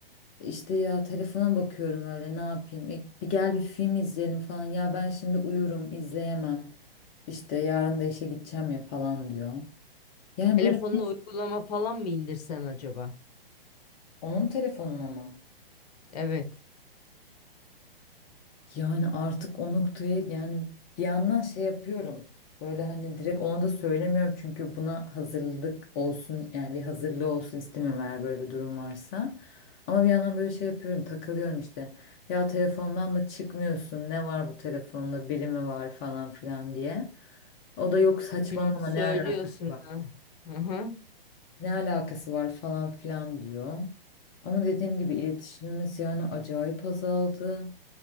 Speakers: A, on the left; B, on the left.
A: İşte ya telefona bakıyorum öyle ne yapayım E, bir gel bir film izleyelim falan ya ben şimdi uyurum izleyemem. İşte yarın da işe gideceğim ya falan diyor. Yani
B: Telefonuna
A: böyle
B: uygulama falan mı indirsen acaba?
A: onun telefonuna mı?
B: Evet.
A: Yani artık o noktaya yani bir yandan şey yapıyorum. Böyle hani direkt ona da söylemiyorum çünkü buna hazırlık olsun yani bir hazırlığı olsun istemiyorum eğer böyle bir durum varsa. Ama bir yandan böyle şey yapıyorum takılıyorum işte. Ya telefondan da çıkmıyorsun ne var bu telefonda biri mi var falan filan diye. O da yok saçmalama
B: Hı, söylüyorsun
A: ne alaka
B: ha. Hı-hı.
A: ne alakası var falan filan diyor. Ama dediğim gibi iletişimimiz yani acayip azaldı.